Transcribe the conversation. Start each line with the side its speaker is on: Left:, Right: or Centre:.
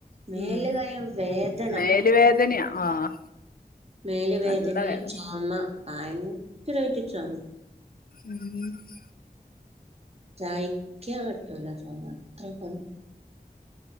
Right: മേലുകൈയും
Left: ഉം
Right: വേദന
Left: മേല് വേദനയാ ആഹ്
Right: മേല്
Left: നല്ല
Right: വേദനയും
Left: വേദന
Right: ചൊമ ഭയങ്കരമായിട്ട് ചൊമ
Left: ഉം <inaudible>
Right: സയിക്കാൻ പറ്റുല്ല ചൊമ അത്രക്ക് ഉണ്ട്